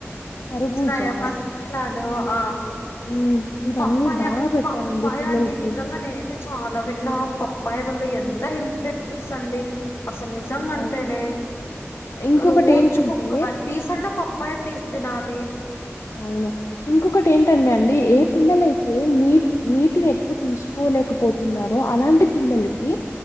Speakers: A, on the left (about 70°); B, on the left (about 55°).
A: కర్బూజా
B: పుచ్చకాయ మస్క్ మిలాను ఆ
A: ఉమ్ ఇవన్నీ
B: పప్పాయ
A: బాగా పెట్టారండి
B: పప్పాయ
A: పిల్లలకి
B: అండి నిజంగా నేనైతే చాలా విన్న పప్పాయి వల్ల ఎంత హెల్త్ బెనిఫిట్స్ అండి అసలు నిజంగాంటేనే
A: అవును ఇంకొకటి
B: రోజుకుక్క
A: ఏంటంటే
B: వన్ పీస్ అన్నా పప్పాయి పీస్ తినాలి
A: అవును ఇంకొకటి ఏంటండి అండి ఏ పిల్లలైతే నీ నీటిని ఎక్కువ తీసుకోలేకపోతున్నారో అలాంటి పిల్లలకి